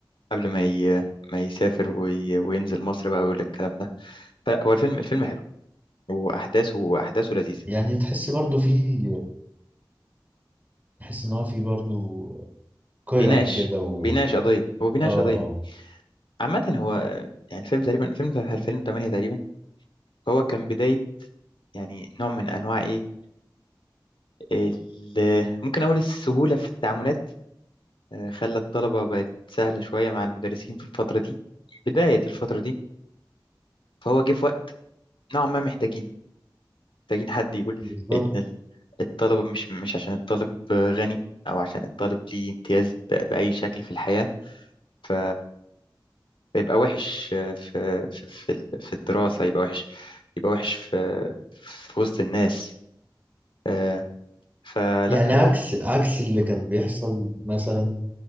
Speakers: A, on the left; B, on the right.
A: قبل ما ي... ما يسافر وي... وينزل مصر بقى ويقول لك الكلام ده فلا هو الفيلم الفيلم حلو واحداثه واحداثه لذيذه
B: يعني تحس برضو فيه تحس ان هو في برضو قيم
A: وبيناقش
B: كده و
A: بيناقش قضيه هو بيناقش
B: اه
A: قضيه عامه هو يعني الفيلم تقريبا الفيلم الفيلم 8 تقريبا هو كان بدايه يعني نوع من انواع ايه ال- ممكن اقول السهوله في التعاملات آه، خلى الطلبه بقت سهله شويه مع المدرسين في الفتره دي بدايه الفتره دي فهو جه في وقت نوعا ما محتاجين محتاجين حد يقول
B: بالظبط
A: إن ال- الطلبة مش مش عشان الطالب غني أو عشان الطالب ليه امتياز ب- بأي شكل في الحياة ف- فيبقى وحش في في في ال- في الدراسة يبقى وحش يبقى وحش في في وسط الناس آه، فلا
B: يعني
A: هو
B: عكس عكس اللي كان بيحصل مثلا